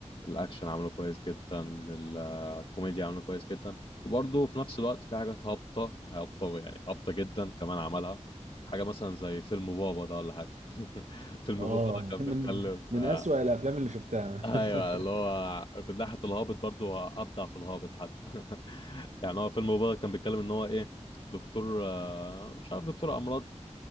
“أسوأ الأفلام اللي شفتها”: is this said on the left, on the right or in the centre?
Right